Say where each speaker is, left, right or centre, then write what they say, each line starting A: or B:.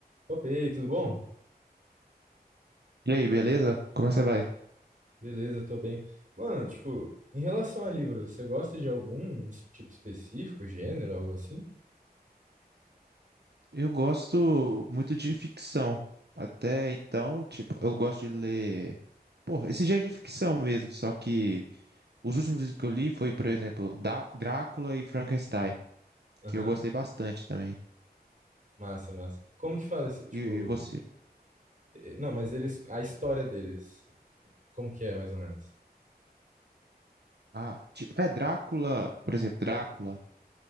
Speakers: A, on the right; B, on the right.
A: Opa, e aí, tudo bom?
B: E aí, beleza? Como você vai?
A: Beleza, tô bem. Mano, tipo, em relação a livro, você gosta de algum es- tipo específico, gênero, algo assim?
B: Eu gosto muito de ficção. Até então, tipo, eu gosto de ler, porra, esse gênero de ficção mesmo, só que os últimos livros que eu li foi, por exemplo, da Drácula e Frankenstein,
A: Aham,
B: que eu gostei bastante também.
A: Massa, massa. Como que fala esse, tipo,
B: E, e você?
A: eh, não, mas eles, a história deles, como que é, mais ou menos?
B: Ah, tipo, é Drácula, por exemplo, Drácula,